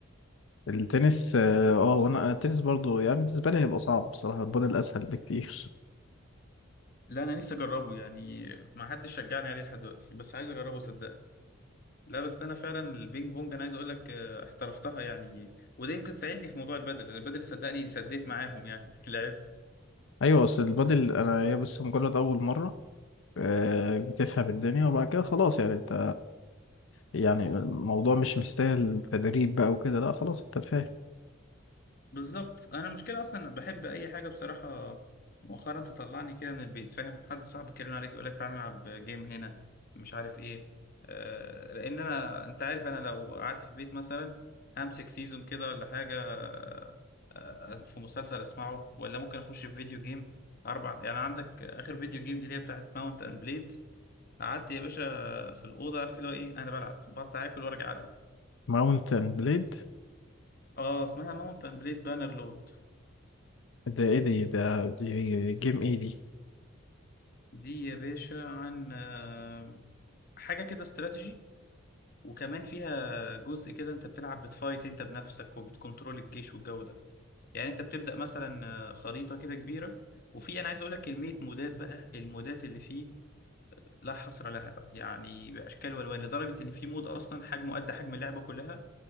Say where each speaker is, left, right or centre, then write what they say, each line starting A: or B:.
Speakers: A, on the left; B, on the left.
A: التنس اه آه، وانا التنس برضو يعني بالنسبه لي هيبقى صعب بصراحه البادل اسهل بكتير
B: لا انا نفسي اجربه يعني ما حدش شجعني عليه لحد دلوقتي بس عايز اجربه صدقني لا بس انا فعلا البينج بونج انا عايز اقول لك آه، احترفتها يعني وده يمكن ساعدني في موضوع البدل لان البدل صدقني سديت معاهم يعني <laughs> لعبت
A: ايوه بس البادل انا هي بس مجرد اول مره آه، بتفهم الدنيا وبعد كده خلاص يعني انت يعني الموضوع مش مستاهل تدريب بقى وكده لا خلاص انت فاهم
B: بالظبط انا المشكله اصلا بحب اي حاجه بصراحه مؤخرا تطلعني كده من البيت فاهم حد صاحبك يرن عليك يقول لك تعالى نلعب جيم هنا مش عارف ايه آه لان انا انت عارف انا لو قعدت في بيت مثلا همسك سيزون كده ولا حاجه آه آه، في مسلسل اسمعه ولا ممكن اخش في فيديو جيم اربع يعني عندك اخر فيديو جيم دي اللي هي بتاعت ماونت اند بليد قعدت يا باشا في الاوضه عارف اللي هو ايه انا بلعب بطلع اكل وارجع العب
A: ماونت اند بليد
B: اه اسمها ماونت اند بليد بانر لورد
A: ده ايه دي ده دي جيم ايه دي
B: دي يا باشا عن آه، حاجة كده استراتيجي وكمان فيها جزء كده انت بتلعب بتفايت انت بنفسك وبتكنترول الجيش والجو ده يعني انت بتبدأ مثلا آه، خريطة كده كبيرة وفي انا عايز اقول لك كمية مودات بقى المودات اللي فيه لا حصر لها بقى يعني باشكال والوان لدرجة ان في مود اصلا حجمه قد حجم اللعبة كلها